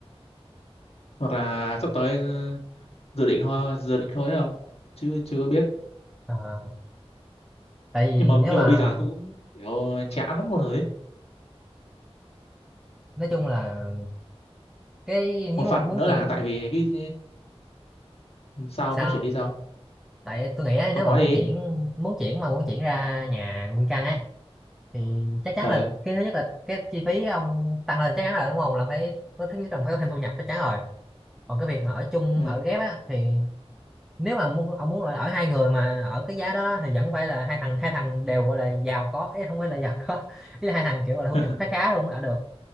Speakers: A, on the left (about 75°); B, in the centre.
A: hoặc là sắp tới dự định thôi dự định thôi đấy không chứ chưa có biết
B: ờ. tại vì
A: nhưng mà
B: nếu
A: nhưng
B: mà
A: mà bây giờ tôi cũng kiểu chán lắm luôn rồi ấy.
B: nói chung là cái nếu
A: một
B: mà
A: phần
B: muốn
A: nữa
B: chuyển
A: là tại vì cái sao
B: sao
A: muốn chuyển đi sao
B: tại tôi nghĩ á,
A: ông
B: nếu
A: nói
B: mà muốn
A: đi
B: chuyển muốn chuyển mà muốn chuyển ra nhà nguyên căn ấy thì chắc chắn
A: ờ
B: là cái thứ nhất là cái chi phí ông tăng lên chắc chắn rồi đúng không là phải có thứ nhất là phải có thêm thu nhập chắc chắn rồi còn cái việc mà ở chung
A: ừ.
B: ở ghép á thì nếu mà muốn ông muốn ở, ở hai người mà ở cái giá đó thì vẫn phải là hai thằng hai thằng đều gọi là giàu có ý không phải là giàu có <laughs> ý là hai thằng kiểu gọi là thu
A: <laughs>
B: nhập khá khá luôn mới ở được